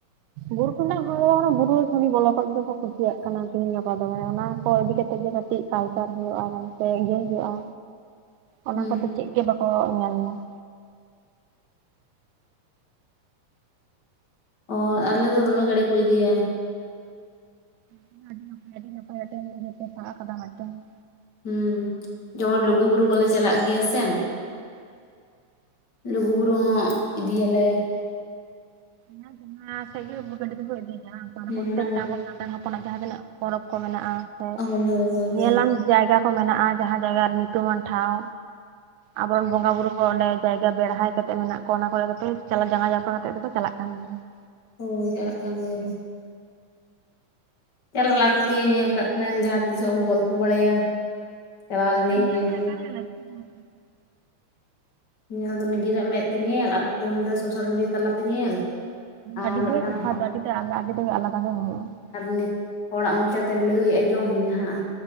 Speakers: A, on the right; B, on the left.
A: ᱵᱩᱨᱩ ᱴᱩᱸᱰᱟᱜ ᱦᱚᱲ ᱫᱚ ᱢᱟᱱᱮ ᱵᱩᱨᱩ ᱠᱷᱚᱱ ᱜᱤ ᱵᱚᱞᱚ ᱠᱚᱜ ᱜᱮᱠᱚ ᱠᱩᱥᱤᱭᱟᱜ ᱠᱟᱱᱟ ᱛᱮᱦᱤᱧ ᱜᱟᱯᱟ ᱫᱚ ᱢᱟᱱᱮ ᱚᱱᱟ ᱠᱚ ᱤᱫᱤ ᱠᱟᱛᱮᱜ ᱜᱮ ᱠᱟᱹ ᱴᱤᱡ ᱠᱟᱞᱪᱟᱨ ᱦᱩᱭᱩᱜᱼᱟ ᱢᱟᱱᱛᱮ ᱤᱭᱟᱹᱭ ᱦᱳᱭᱳᱜᱼᱟ ᱚᱱᱟ
B: ᱦᱩᱸ
A: ᱠᱚᱫᱚ ᱪᱮᱜ ᱜᱮ ᱵᱟᱠᱚ ᱧᱮᱞᱫᱟ ᱾
B: ᱚᱻ ᱟᱞᱮ ᱫᱚ ᱫᱚᱢᱮ ᱜᱟᱹᱲᱤ ᱠᱚ ᱤᱫᱤᱭᱟᱭᱟ ᱾
A: ᱦᱮᱸ ᱟᱹᱰᱤ ᱱᱟᱯᱟᱭ ᱟᱹᱰᱤ ᱱᱟᱯᱟᱭ, ᱢᱤᱫᱴᱮᱱ ᱤᱭᱟᱹ ᱯᱮ ᱥᱟᱵ ᱠᱟᱫᱟ ᱢᱤᱫᱴᱮᱱ ᱾
B: ᱦᱩᱸ ᱡᱮᱢᱚᱱ ᱞᱩᱜᱩ ᱵᱩᱨᱩ ᱠᱚᱞᱮ
A: ᱰᱟᱦᱟᱨ
B: ᱪᱟᱞᱟᱜ ᱜᱮᱭᱟ ᱥᱮ ᱾ ᱞᱩᱜᱩᱵᱩᱨᱩ ᱦᱚᱸ ᱤᱫᱤᱭᱟᱞᱮ ᱾
A: ᱦᱮᱸ ᱡᱟᱸᱦᱟ ᱥᱮᱜ ᱜᱮ ᱜᱟᱹᱰᱤ ᱫᱚᱠᱚ ᱤᱥᱤᱭ ᱜᱮᱭᱟ ᱦᱟᱝ ᱛᱟᱨ
B: ᱦᱮᱸ
A: ᱯᱨᱳᱛᱛᱮᱠᱴᱟ
B: ᱚᱱᱟᱜᱮ
A: ᱟᱵᱚ, ᱥᱟᱱᱛᱟᱲ ᱦᱚᱯᱚᱱᱟᱜ ᱡᱟᱦᱟᱸ ᱛᱤᱱᱟᱹᱜ ᱯᱚᱨᱚᱵᱽ ᱠᱚ ᱢᱮᱱᱟᱜᱼᱟ ᱥᱮ
B: ᱦᱳᱭ ᱦᱳᱭ ᱦᱳᱭ
A: ᱧᱮᱞᱟᱝ
B: ᱦᱳᱭ
A: ᱡᱟᱭᱜᱟ ᱾ ᱠᱚ ᱢᱮᱱᱟᱜᱼᱟ, ᱡᱟᱦᱟᱸ ᱡᱟᱭᱜᱟ ᱨᱮ ᱧᱩᱛᱩᱢᱟᱱ ᱴᱷᱟᱶ ᱟᱵᱚᱨᱮᱱ ᱵᱚᱸᱜᱟ ᱵᱩᱨᱩ, ᱚᱸᱰᱮ ᱡᱟᱭᱜᱟ ᱵᱮᱲᱦᱟᱭ ᱠᱟᱛᱮᱜ ᱢᱮᱱᱟᱜ ᱠᱚᱣᱟ ᱚᱱᱟ ᱠᱚᱨᱮ ᱫᱚᱯᱮ ᱪᱟᱞᱟ ᱡᱟᱸᱜᱟ ᱡᱟᱯᱠᱟ ᱠᱟᱛᱮᱜ ᱫᱚᱯᱮ ᱪᱟᱞᱟᱜ ᱠᱟᱱ ᱜᱮᱭᱟ ᱾
B: ᱦᱳᱭ ᱪᱟᱞᱟᱜ ᱠᱟᱱ ᱜᱮᱭᱟᱞᱮ ᱾ ᱪᱟᱞᱟᱜ ᱞᱟᱹᱠᱛᱤᱭᱟ, ᱧᱮᱞ ᱠᱟᱜ ᱠᱷᱟᱱᱮᱢ ᱡᱟᱦᱟᱸ ᱛᱤᱥᱚᱜ ᱮᱢ ᱜᱚᱞᱯᱷᱚ ᱵᱟᱲᱟᱭᱟ, ᱪᱟᱞᱟᱣ ᱞᱤᱱᱟᱹᱧ
A: ᱧᱮᱞ
B: ᱾
A: ᱫᱚ ᱮᱠᱟᱞ ᱜᱮ ᱞᱟᱹᱠᱛᱤ ᱠᱟᱱᱟ
B: ᱧᱮᱞ ᱫᱚ ᱱᱤᱡᱮᱨᱟᱜ ᱢᱮᱫ ᱛᱮ ᱧᱮᱞ, ᱟᱨ ᱯᱷᱳᱱ ᱨᱮ ᱥᱳᱥᱟᱞ ᱢᱤᱰᱤᱭᱟ ᱛᱟᱞᱟᱛᱮ ᱧᱮᱞ ᱟᱨ
A: ᱟᱹᱰᱤ
B: ᱢᱤᱫᱴᱟᱝ
A: ᱜᱮ ᱛᱚᱯᱷᱟᱫ ᱟᱹᱰᱤ ᱜᱮ ᱟᱞᱟ ᱟᱹᱰᱤ ᱜᱮ ᱟᱞᱟᱫᱟ ᱜᱮ ᱦᱩᱭᱩᱜᱼᱟ ᱾
B: ᱱᱤ ᱦᱚᱲᱟᱜ ᱢᱚᱪᱟᱛᱮ ᱞᱟᱹᱭ ᱟᱸᱡᱚᱢ ᱡᱟᱦᱟᱸ